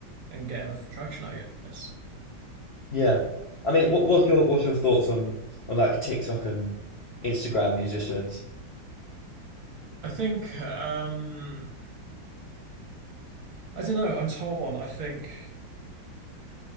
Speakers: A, on the right; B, on the left.
A: and get enough traction, I guess.
B: Yeah. I mean, what, what's your what's your thoughts on on like TikTok and Instagram musicians?
A: I think, um, I don't know. I'm torn. I think,